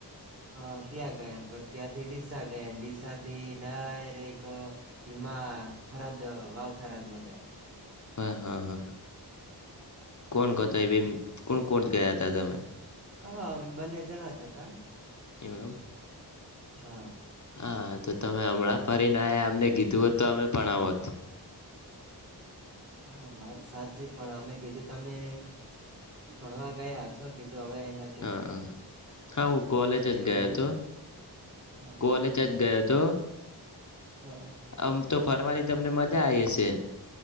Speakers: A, on the right (about 35°); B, on the left (about 45°).
A: હા ત્યાં ગયા ને પછ ત્યાંથી ડીસા ગયા ડીસા થી ડાયરેક અ ધીમા હા થરાદ વાવ થરાદમાં ગયા.
B: હા હા હા કોણ કતો એ બે કોણ કોણ ગયા તા તમે.
A: હા બંને જણા જ હતા.
B: એઉ એમ.
A: હા.
B: હા તો તમે હમણાં ફરીને અમને કીધું હોત તો અમે પણ આવોત.
A: હા વાત સાચી પણ અમે કીધું તમે ભણવા ગયા હશો ને કી તો હવે એ નથી
B: હા
A: કેઉ.
B: હા હા હું કોલેજ
A: પણ
B: જ
A: એમે
B: ગયો
A: જો
B: હતો
A: હા
B: કોલેજ જ ગયો હતો
A: જે હા
B: આમ તો ફરવાની તમને મજા આઈ હશે.